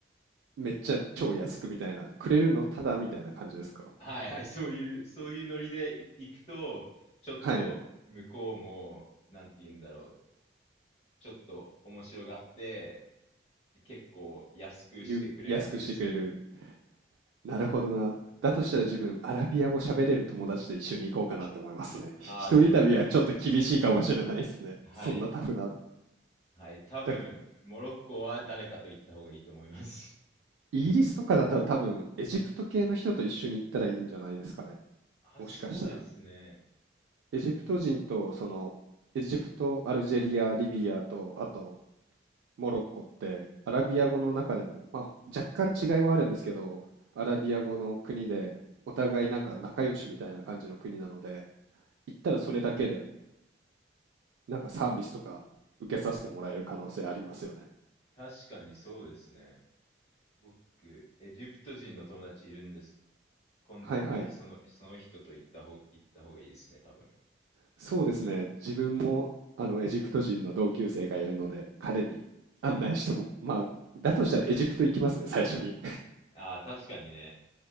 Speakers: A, on the right; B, on the left.
A: めっちゃ超安くみたいな。くれるのただみたいな感じですか
B: はいはい、そういう、そういうノリでい行くと、ちょっと向こうも、
A: はい。
B: なんて言うんだろう、ちょっと面白がって、結構安くしてくれがちですね。
A: ゆ安くしてくれるなるほどな。だとしたら自分、アラビア語喋れる友達と一緒に行こうかなって思いますね。ひ一人旅はちょっと厳しいかもしれないですね。
B: ああ、絶対、はい、
A: そんなタフな。だ
B: はい、多分、
A: から
B: モロッコは誰かと行った方がいいと思います。
A: イギリスとかだったら多分、エジプト系の人と一緒に行ったらいいんじゃないですかね。
B: <laughs> あ、
A: もしかしたら。
B: そうですね。
A: エジプト人と、その、エジプト、アルジェリア、リビアと、あと、モロッコって、アラビア語の中でも、まあ、若干違いはあるんですけど、アラビア語の国で、お互いなんか仲良しみたいな感じの国なので、行ったらそれだけで、なんかサービスとか受けさせてもらえる可能性ありますよね。
B: 確かにそうですね。僕、エジプト人の友達いるんです。今度行くとき、
A: はいはい。
B: その、その人と行った方、行った方がいいですね、多分。
A: そうですね。自分もあのエジプト人の同級生がいるので、彼に案内しても、まあ、だとしたらエジプト行きますね、最初に。
B: ああ、確かにね。